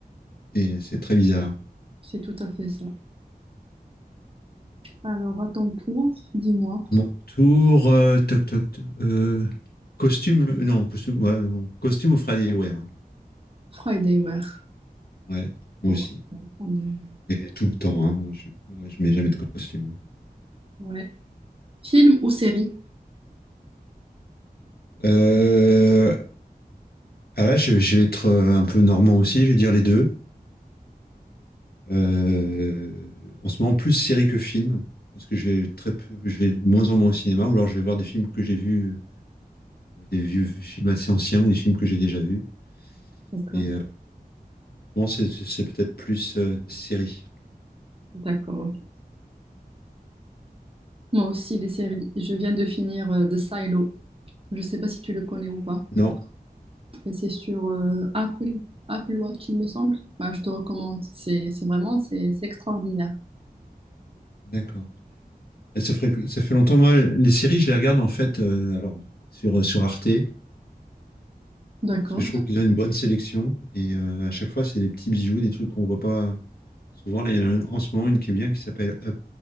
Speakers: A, on the left (about 70°); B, on the right (about 35°).
A: Et c'est très bizarre.
B: c'est tout à fait ça. Alors, à ton tour, dis-moi,
A: À mon tour, euh, toc, toc, toc, euh, costume, non, costume, ouais, non, costume au Friday Wear. Ouais,
B: Friday Wear.
A: Ouais, moi
B: Bon,
A: aussi.
B: on va prendre des-
A: Et tout le temps, hein, moi, je, je mets jamais de costume.
B: ouais. Film ou série?
A: hein. Euh, ah là, je, je vais être euh, un peu normand aussi, je vais dire les deux. Euh, en ce moment, plus série que film, parce que j'ai très peu, j'ai de moins en moins au cinéma, ou alors je vais voir des films que j'ai vus, euh, des vieux films assez anciens ou des films que j'ai déjà vus.
B: D'accord,
A: Mais euh, souvent, c'est c'est peut-être plus euh, série.
B: d'accord. ok. Moi aussi, des séries. Je viens de finir euh, The Silo. Je ne sais pas si tu le connais ou pas.
A: Non,
B: Mais c'est sur euh, Apple, Apple Watch, il me semble. Bah, je te recommande. C'est c'est vraiment c'est c'est extraordinaire.
A: d'accord. Euh, Ça ferait- ça fait longtemps, moi, les séries, je les regarde en fait euh, alors, sur, euh, sur Arte,
B: D'accord,
A: parce que je trouve qu'ils ont une bonne sélection, et euh, à chaque fois, c'est des petits bijoux, des trucs qu'on voit pas souvent. Là, il y en a une- en ce moment une qui est bien, qui s'appelle Up,